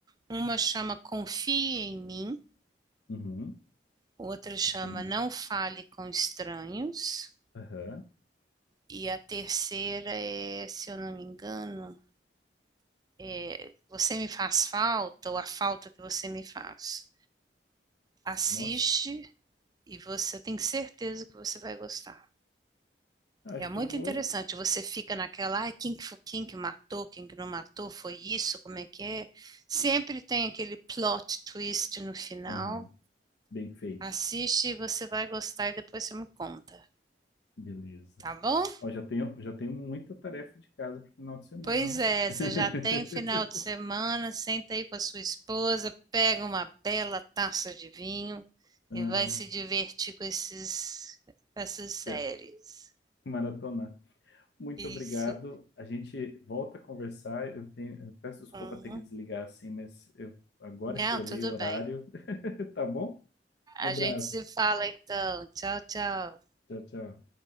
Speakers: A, on the right; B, on the left.
A: Uma chama Confie em Mim,
B: uhum,
A: outra chama
B: afirme.
A: Não Fale com Estranhos,
B: Aham,
A: e a terceira é, se eu não me engano, é, Você Me Faz Falta ou A Falta que Você Me Faz. Assiste
B: nossa,
A: e você tem certeza que você vai gostar.
B: acho
A: É muito
B: que eu vou.
A: interessante, você fica naquela, ai, quem que, fo- quem que matou, quem que não matou, foi isso, como é que é? Sempre tem aquele plot twist no final.
B: Aham, bem feito,
A: Assiste e você vai gostar e depois você me conta,
B: beleza.
A: tá bom?
B: Ó, já tenho, já tenho muita tarefa de casa pro final de semana,
A: Pois
B: né?
A: é,
B: <laughs>
A: você já tem final de semana, senta aí com a sua esposa, pega uma bela taça de vinho
B: Ah,
A: e vai se divertir com esses, com essas séries.
B: pe- maratonar. Muito
A: Isso.
B: obrigado. A gente volta a conversar. Eu tenho, eu peço desculpa
A: Uhum.
B: ter que desligar assim, mas eu, agora
A: Não,
B: que eu olhei
A: tudo
B: o horário,
A: bem.
B: <laughs> tá bom? Um abraço.
A: A gente se fala então. Tchau, tchau.
B: Tchau, tchau.